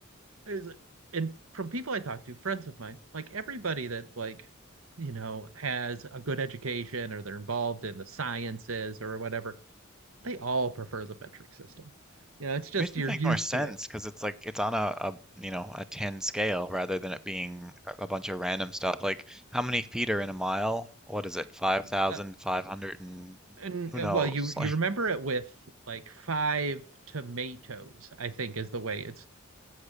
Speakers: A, on the right; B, in the centre.
A: it's and from people I talk to, friends of mine, like everybody that like you know has a good education or they're involved in the sciences or whatever, they all prefer the metric system. You know, it's just
B: Makes
A: you're
B: it make
A: used
B: more sense
A: to it.
B: because it's like it's on a, a you know a 10 scale rather than it being a a bunch of random stuff. Like how many feet are in a mile? What is it? 5,500
A: Uh,
B: and
A: and
B: who
A: uh,
B: knows?
A: well, you
B: <laughs>
A: you
B: Like
A: remember it with like five tomatoes, I think is the way it's.